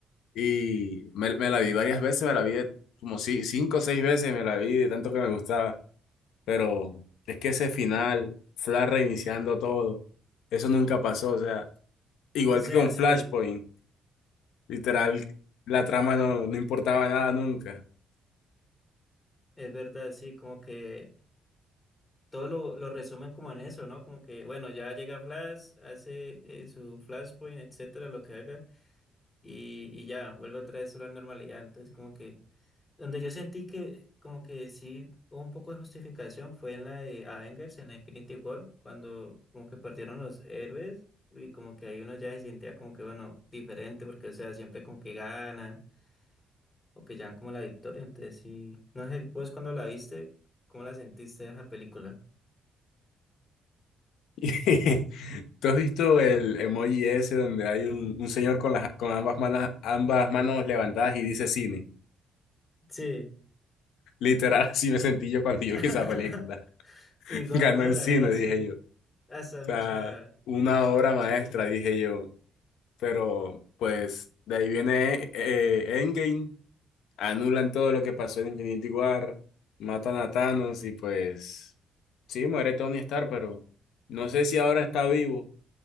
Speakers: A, on the left; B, on the left.
A: Y me, me la vi varias veces, me la vi de- como si, cinco o seis veces, me la vi de tanto que me gustaba. Pero es que ese final, Flash reiniciando todo, eso nunca pasó. O sea, igual
B: o sea,
A: que con
B: sí,
A: Flashpoint, literal, la trama no, no importaba nada nunca. <laughs>
B: es verdad, sí, como que todo lo, lo resumen como en eso, ¿no? Como que, bueno, ya llega Flash, hace eh, su Flashpoint, etcétera, lo que haga, y, y ya, vuelve otra vez a la normalidad. Entonces, como que, donde yo sentí que, como que sí hubo un poco de justificación fue en la de Avengers, en la Infinity War, cuando como que perdieron los héroes, y como que ahí uno ya se sentía como que, bueno, diferente, porque, o sea, siempre como que ganan, o que llevan como la victoria. Entonces, sí, no sé, vos cuando la viste, ¿cómo la sentiste esa película?
A: Y ¿Tú has visto el emoji ese donde hay un, un señor con, las, con ambas manos, ambas manos levantadas y dice cine?
B: Sí.
A: Literal, <laughs> así me sentí yo cuando
B: <laughs>
A: yo vi esa película. <laughs>
B: Igual,
A: Ganó
B: no,
A: el
B: la
A: cine,
B: verdad, sí.
A: dije yo.
B: Hasta
A: sea,
B: mucha.
A: una
B: hace
A: obra
B: muchas.
A: maestra, dije yo. Pero, pues, de ahí viene eh, Endgame, anulan todo lo que pasó en Infinity War, matan a Thanos y pues, sí, muere Tony Stark, pero no sé si ahora está vivo.